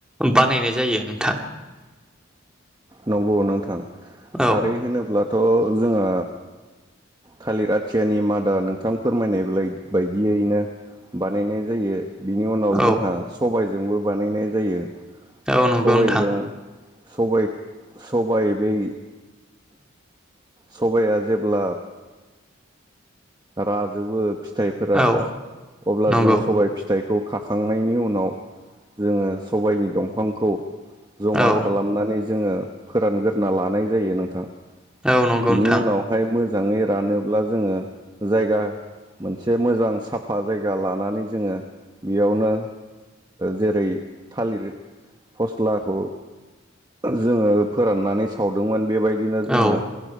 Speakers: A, in the centre; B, on the right (about 20°).
A: बानायनाय जायो नोंथां
B: नंगौ नोंथा ओ खारै
A: औ
B: होनोब्ला थ' जोंहा थालिर आथियानि मादा नोंथां फोरमायनाय ब्लाइ बायदियैनो बानायनाय जायो बिनि उनाव
A: औ
B: जोंहा सबाय जोंबो बानायनाय जायो
A: औ नंगौ
B: सबायजों
A: नोंथां
B: सबाय सबाय बै सबाइआ जेब्ला राजोबो फिथाइफोरा
A: औ
B: अब्ला
A: नंगौ
B: जों सबाय फिथाइ खौ खाखांनायनि उनाव जोङो सबायनि दंफांखौ जमा
A: औ
B: खालामनानै जोङो फोरानगोरना लानाय जायो नोंथां
A: औ नंगौ
B: बिनि
A: नोंथां
B: उनावहाय मो जाङै रानोब्ला जोङो जायगा मोनसे मोजां साफा जायगा लानानै जोङो बेयावनो जेरै थालिर फस्लाखौ जोङो फोराननानै सावदोंमोन बेबायदिनो जोङो
A: औ